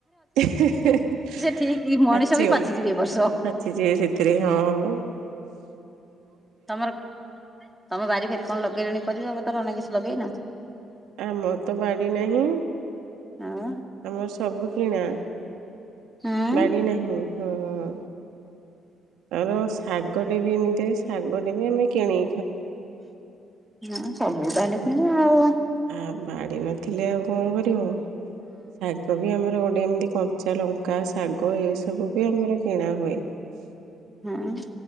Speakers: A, on the right (about 90°); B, in the centre.
A: ପାଛିିବ
B: ଠିକ ମଣିଷ
A: ପାଛି
B: ବି ପାଚିଯିବେ ଏ ବର୍ଷ
A: ଯିବେ ସେଥିରେ ହଁ। ହ।
B: ତମର ତମ ବାରି ଫାରି କଣ ଲଗେଇଲେଣି ପରିବା ପତର। କପାଇଁ କିଛି ଲଗେଇନ?
A: ଆମର ତ ବାଡି ନାହିଁ
B: ଆଉ
A: ଆମର ସବୁ। କିଣା
B: ହଁ
A: ବାଡି ନାହିଁ ହୁଁ। ତାପରେ ଶାଗଟେ ବି ଏମିତିରେ ଶାଗଟେ ବି ଆମେ କିଣି।
B: ହଁ ସବୁ ତାହେଲେ କିଣା ଆଉ।
A: ଆ ବାଡି ନଥିଲେ ଆଉ କଣ କରିବ ଶାଗ ବି ଆମର ଗୋଟେ ଏମତି। କଞ୍ଚା ଲଙ୍କା ଶାଗ ଏ ସବୁ ବି ଆମର କିଣା ହୁଏ।
B: ହୁଁ।